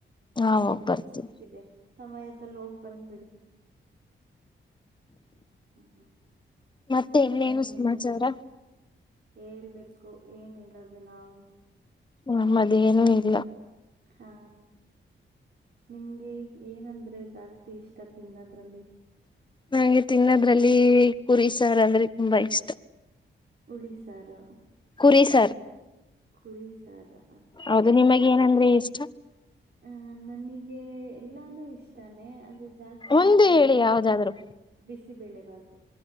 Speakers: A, on the left; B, on the right.
A: ನಾವ್
B: ಸಮಯ
A: ಹೋಗ್ ಬರ್ತೀವಿ.
B: ಸಿಕ್ಕಿದೆ ಸಮಯದಲ್ಲಿ ಹೋಗಿ ಬಂದ್ಬಿಡಿ ಹ್ಮ
A: ಮತ್ತೆ
B: ಆ
A: ಇನ್ನೇನು
B: ಸಮಯ ಮುಂದೆ
A: ಸಮಾಚಾರ.
B: ಹೇಳ್ಬೇಕು ಏನ್ ಹೇಳೋದು ನಾವು
A: ನಮ್ಮ್ದೇನೂ ಇಲ್ಲ
B: ಹಾ ನಿಮ್ಗೆ ಏನಂದ್ರೆ ಜಾಸ್ತಿ ಇಷ್ಟ ತಿನ್ನದ್ರಲ್ಲಿ
A: ನಂಗೆ ತಿನ್ನೋದ್ರಲ್ಲಿ ಕುರಿ ಸಾರ ಅಂದ್ರೆ ತುಂಬಾ ಇಷ್ಟ
B: ಉಳಿ ಸಾರು
A: ಕುರಿ ಸಾರ್.
B: ಕುರಿ ಸಾರು
A: ಹೌದು ನಿಮಗೆನಂದ್ರೆ ಇಷ್ಟ
B: ಹ ನನಗೆ ಎಲ್ಲಾನು ಇಷ್ಟ ಇಷ್ಟಾನೇ ಆದ್ರೆ ಜಾಸ್ತಿ
A: ಒಂದು
B: ಇಷ್ಟ
A: ಹೇಳಿ
B: ಬಂದು
A: ಯಾವ್ದಾದ್ರು.
B: ಬಿಸಿಬೇಳೆ ಭಾತು